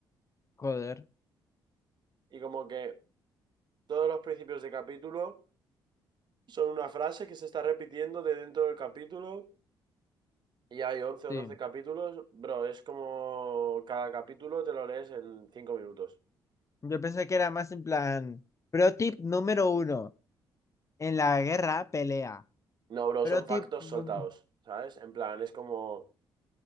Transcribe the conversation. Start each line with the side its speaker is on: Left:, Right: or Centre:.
Left: joder.
Right: Y como que todos los principios de capítulo son una frase que se está repitiendo de dentro del capítulo. Y hay 11 o
Left: Sí.
Right: 12 capítulos, bro, es como cada capítulo te lo lees en 5 minutos.
Left: Yo pensé que era más en plan. Pro tip número uno. En la guerra, pelea.
Right: No, bro,
Left: Pro
Right: son factos
Left: tip. num-
Right: soltados, ¿sabes? En plan, es como,